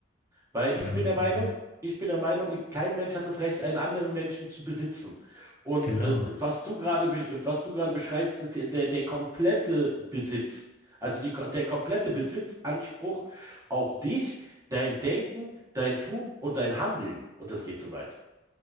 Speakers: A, on the right; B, on the left.
A: Weil
B: bei
A: ich bin
B: uns
A: der Meinung,
B: gewesen.
A: ich bin der Meinung, ich- kein Mensch hat das Recht, einen anderen Menschen zu besitzen. Und
B: Genau.
A: äh, was du gerade, be- was du gerade beschreibst, ist ja der, der komplette Besitz. Also die, ko- der komplette Besitzanspruch auf dich, dein Denken, dein Tun und dein Handeln. Und das geht so weit.